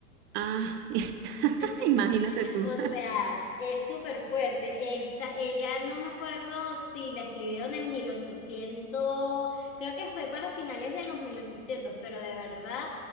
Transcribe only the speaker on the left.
<laughs>
O sea, es súper fuerte. Esta, ella no me acuerdo si la escribieron en 1800. creo que fue para finales de los mil ochocientos. pero de verdad